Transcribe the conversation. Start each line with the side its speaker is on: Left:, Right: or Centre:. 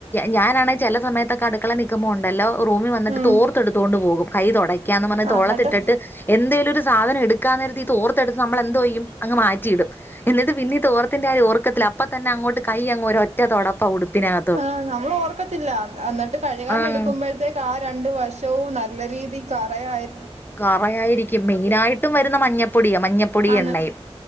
Left: ഞാനാണെിൽ ചെല സമയത്തൊക്കെ അടുക്കള നൽക്കുമ്പോ ഉണ്ടല്ലോ റൂമിൽ വന്നിട്ട്
Right: ഉം
Left: തോർത്തെടുത്തുകൊണ്ട് പോകും. കൈ തുടക് ക്കാംന്ന് പറഞ്ഞ്
Right: ആഹ്
Left: തോളത്തിട്ടിട്ട്
Right: എന്നിട്ട്
Left: എന്തേലും ഒരു സാധനം എടുക്കാൻ നേരത്തെ ഈ തോർത്തെടുത്ത് നമ്മൾ എന്തോ ചെയ്യും, അങ് മാറ്റിയിടും. എന്നിട്ട് പിന്നീട് തോർത്തിന്റെ കാര്യം ഓർക്കത്തില്ല അപ്പൊ തന്നെ അങ്ങോട്ട് കൈ അങ് ഒര് ഒറ്റ തൊടപ്പ ഉടുപ്പിനക
Right: ഹാ, നമ്മള് ഓർക്കത്തില്ല എന്നിട്ട് കഴുകാന
Left: ആഹ്
Right: എടുക്കുമ്പോഴത്തേ ക്കാ രണ്ട് വശവും നല്ല രീതി കറയായി
Left: കറയായിരിക്കും, മെയിന ആയിട്ടും വരുന്ന മഞ്ഞപ്പൊടിയാ മഞ്ഞപ്പൊടി
Right: ആന്ന്
Left: എണ്ണയും